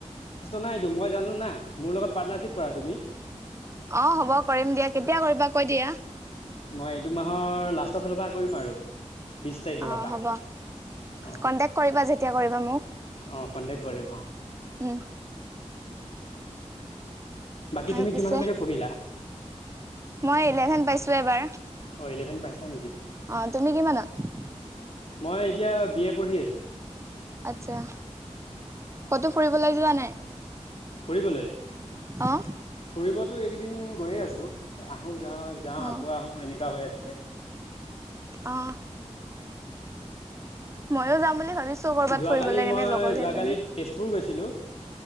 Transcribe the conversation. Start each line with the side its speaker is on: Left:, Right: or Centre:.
Left: নাইটো মই জানো না মোৰ লগত পাৰ্টনাৰশ্বিপ কৰা তুমি।
Right: অ হ'ব কৰিম দিয়া। কেতিয়া কৰিবা কৈ দিয়া?
Left: মই এইটো মাহৰ লাষ্টৰ ফালৰ পৰা কৰিম আৰু। বিশ তাৰিখ মানৰ
Right: অ',
Left: পৰা
Right: হ'ব।
Left: আহ
Right: কন্টেক্ট কৰিবা যেতিয়া কৰিবা মোক
Left: অ কণ্টেক্ট কৰিম অ।
Right: উম
Left: বাকী
Right: আৰু
Left: তুমি
Right: পিছে
Left: কিমানলৈকে পঢ়িলা?
Right: মই ইলেভেন পাইছোঁ এবাৰ,
Left: অ' ইলেভেন পাইছা নেকি?
Right: অ তুমি কিমানত?
Left: মই এতিয়া বি এ পঢ়ি আছোঁ।
Right: আচ্ছা কতো ফুৰিবলৈ যোৱা নাই?
Left: ফুৰিবলৈ,
Right: অ',
Left: ফুৰিবতো এইকেইদিন গৈয়ে আছোঁ আহো। যাওঁ যাওঁ
Right: অ',
Left: আকৌ আহোম এনেকা হৈ আছে।
Right: অঁ মইয়ো যাম বুলি ভাবিছো কৰবাত
Left: যোৱাকালি
Right: ফুৰিব লে কেনে
Left: মই
Right: লগৰ
Left: যোৱাকালি
Right: কেইজনি
Left: তেজপুৰ গৈছিলো